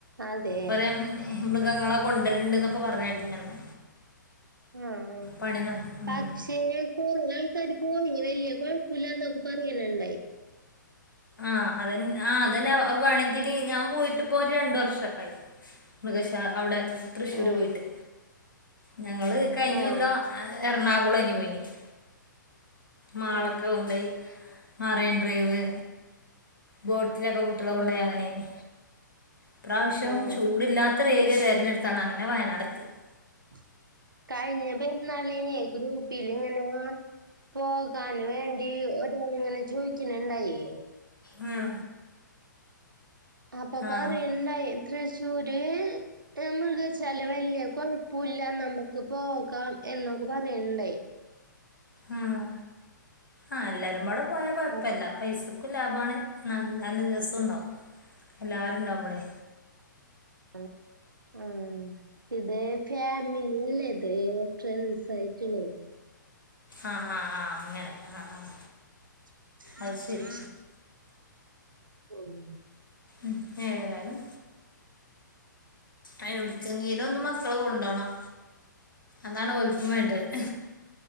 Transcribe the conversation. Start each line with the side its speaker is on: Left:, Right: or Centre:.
Right: അതെ
Left: കൊറെ മൃഗങ്ങളെ കൊണ്ടുവരണ്ട് എന്നൊക്കെ പറഞ്ഞേട്ടീനി അന്ന്
Right: ആഹ്
Left: പണി നട ഉം.
Right: പക്ഷെ കൊറേ ആയിട്ട് ഒര് പോയി വല്യ കൊഴപ്പല്ല എന്നൊക്കെ പറയണണ്ടായി
Left: ആഹ് അതന്നെ ആഹ് അതന്നെ അത് വേണങ്കില് ഞാൻ പോയിട്ട് ഇപ്പോ ഒര് രണ്ട് വർഷൊക്കെ ആയി മൃഗശാ അവ്ടെ തൃശ്ശൂര്
Right: ആ
Left: പോയിട്ട് ഞങ്ങള് കയ്ഞ്ഞ
Right: ആ
Left: കൊല്ലം എറണാകുളേനി പോയിനിയ മാളൊക്കെ
Right: ആ
Left: കൊണ്ടോയി മറൈൻ ഡ്രൈവ് ബോട്ടിലൊക്കെ കുട്ടികളെ കൊണ്ടോയി
Right: ആ
Left: അങ്ങനെനി ഇപാവശ്യം
Right: ആ
Left: ചൂടില്ലാത്ത ത്ത ഒരു ഏരിയ തെരഞ്ഞെടുത്താണ് അങ്ങനെ വയനാടത്തി
Right: <inaudible> കഴിഞ്ഞ പെരുന്നാളിനെ ഗ്രൂപ്പില് ഇങ്ങനെ ഞങ്ങ പോകാന് വേണ്ടി ഒരങ്ങി <unintelligible> ചോയ്ക്കാണിണ്ടായെ
Left: ഉം
Right: അപ്പൊ പറയണ്ണ്ണ്ടായി
Left: ആഹ്
Right: തൃശ്ശൂര് മൃഗശാല വല്യ കൊഴപ്പുല്ല നമു ക്ക് പോകാം എന്നൊക്കെ പറയണ്ടായി
Left: ആഹ് ആഹ് എല്ലാരും പാടെ പോയാ കൊഴപ്പല്ല
Right: പ-
Left: പൈസക്കും ലാഭാണ് നല്ല രസമുണ്ടാകും എല്ലാരും ഉണ്ടാകുമ്പളെ
Right: ആഹ് ആഹ് ഇതേ ഫാമിലില്ലത് ഫ്രെണ്ട്സ് ആയിട്ടുള്ളത്
Left: ആഹ് ആഹ് ആഹ് അങ്ങനെ ആഹ് ആഹ്
Right: <inaudible>
Left: അത് ശരി
Right: ഓഹ്
Left: ഉം ഏതായാലും എ എവിടക്കെങ്കിലും ഒന്ന് മക്കളെ കൊണ്ടോണം അതാണ് ഓൽക്കും വേണ്ടത്